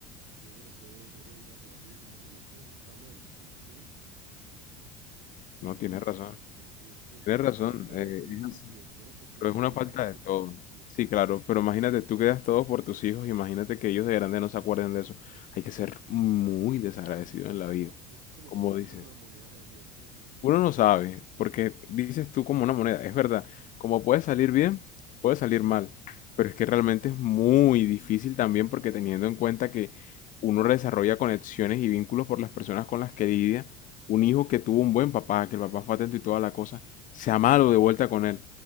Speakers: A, on the right; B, on the left.
A: no se lo puede, no sé, ir a robar y eso, ¿no? Porque todo eso está mal. Entonces, sí. Y,
B: no,
A: uy,
B: tienes
A: no,
B: razón.
A: hombre, qué, qué,
B: Tienes
A: qué
B: razón,
A: falta
B: eh,
A: de principios,
B: es así.
A: ¿no? Porque eso
B: Pero
A: es
B: es
A: como
B: una falta
A: falta de
B: de todo.
A: principios.
B: Sí, claro, pero imagínate, tú quedas todo por tus hijos, imagínate que ellos de grande no se acuerden de eso. Hay que ser muy desagradecido
A: Eso
B: en la
A: es
B: vida,
A: como, eso es como
B: como
A: tirar uno
B: dices.
A: una moneda a la suerte, hermano.
B: Uno no sabe, porque dices tú como una moneda, es verdad, como puede salir bien, puede salir mal, pero es que realmente es muy difícil también porque teniendo en cuenta que uno desarrolla conexiones y vínculos por las personas con las que lidia, un hijo que tuvo un buen papá, que el papá fue atento y toda la cosa, sea malo de vuelta con él.